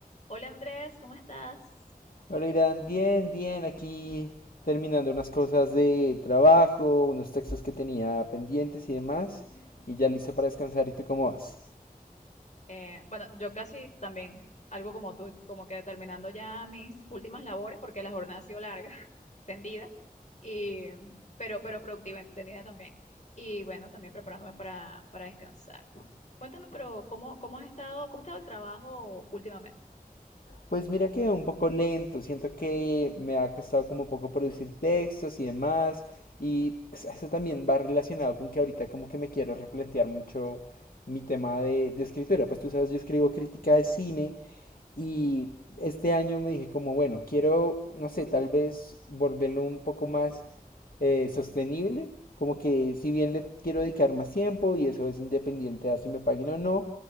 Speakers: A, on the left; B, on the left.
A: Hola Andrés, ¿cómo estás?
B: Hola Irán, bien, bien, aquí terminando unas cosas de trabajo, unos textos que tenía pendientes y demás, y ya listo para descansar. ¿Y tú cómo vas?
A: Eh, bueno, yo casi también, algo como tú, como que terminando ya mis últimas labores, porque la jornada ha sido larga, <laughs> extendida, y, pero, pero productiva, entretenida también. Y bueno, también preparándome para, para descansar. Cuéntame, pero ¿cómo, cómo has estado, cómo ha estado el trabajo últimamente?
B: Pues mira que un poco lento, siento que me ha costado como un poco producir textos y demás, y pues, eso también va relacionado con que ahorita como que me quiero replantear mucho mi tema de, de escritura. Pues tú sabes, yo escribo crítica de cine y este año me dije como, bueno, quiero, no sé, tal vez volverlo un poco más eh, sostenible. Como que si bien le quiero dedicar más tiempo y eso es independiente a si me paguen o no,